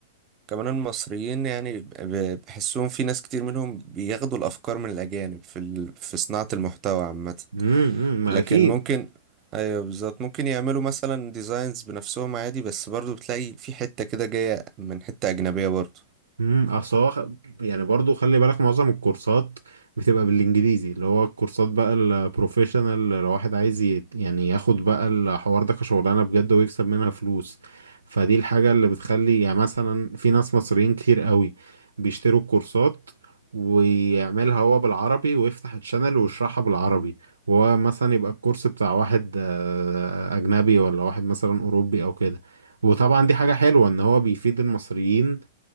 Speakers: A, on the right; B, on the right.
A: كمان المصريين يعني ب- بحسهم في ناس كتير منهم بياخدوا الافكار من الاجانب في ال... في صناعة المحتوى عامة
B: امم أمم، ما
A: لكن
B: اكيد
A: ممكن ايوه بالظبط ممكن يعملوا مثلا ديزاينز بنفسهم عادي بس برضو بتلاقي في حتة كده جاية من حتة اجنبية برضو
B: امم اصل هو خ- يعني برضو خلي بالك معظم الكورسات بتبقى بالانجليزي اللي هو الكورسات بقى البروفيشنال لو واحد عايز ي- يعني ياخد بقى الحوار ده كشغلانه بجد ويكسب منها فلوس فدي الحاجه اللي بتخلي يعني مثلا في ناس مصريين كتير قوي بيشتروا الكورسات ويعملها هو بالعربي ويفتح الشانل ويشرحها بالعربي وهو مثلا يبقى الكورس بتاع واحد آه، اجنبي ولا واحد مثلا اوروبي او كده وطبعا دي حاجه حلوه ان هو بيفيد المصريين